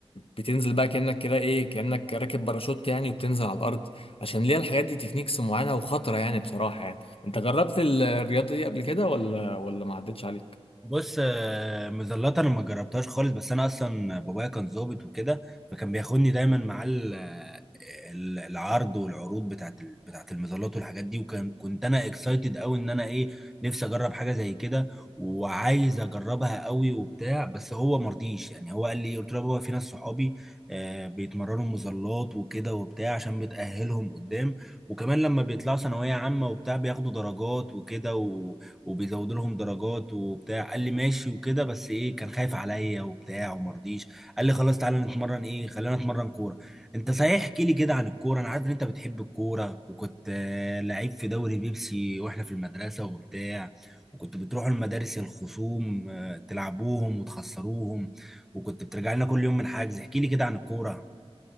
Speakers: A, on the left; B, in the centre.
A: بتنزل بقى كأنك كده ايه كأنك راكب باراشوت يعني وبتنزل على الارض عشان ليها الحاجات دي تكنيكس معينة وخطرة يعني بصراحة يعني انت جربت ال- الرياضه دي قبل كده ولا ولا ما عدتش عليك
B: بص آه، مزلات انا ما جربتهاش خالص بس انا اصلا بابايا كان ظابط وكده فكان بياخدني دايما مع ال- آه، ال- العرض والعروض بتاعت ال- بتاعت المظلات والحاجات دي وكان كنت انا اكسايتد قوي ان انا ايه نفسي اجرب حاجه زي كده وعايز اجربها قوي وبتاع بس هو مرضيش يعني هو قال لي قلت له يا بابا في ناس صحابي آه، بيتمرنوا مظلات وكده وبتاع عشان بتأهلهم قدام وكمان لما بيطلعوا ثانويه عامه وبتاع بياخدوا درجات وكده وبيزودوا لهم درجات وبتاع قال لي ماشي وكده بس ايه كان خايف عليا وبتاع وما رضيش قال لي خلاص تعالى نتمرن ايه خلينا نتمرن كوره انت صحيح احكي لي كده عن الكوره انا عارف ان انت بتحب الكوره وكنت آه، لعيب في دوري بيبسي واحنا في المدرسه وبتاع وكنت بتروحوا المدارس الخصوم آه، تلعبوهم وتخسروهم وكنت بترجع لنا كل يوم من حجز احكي لي كده عن الكوره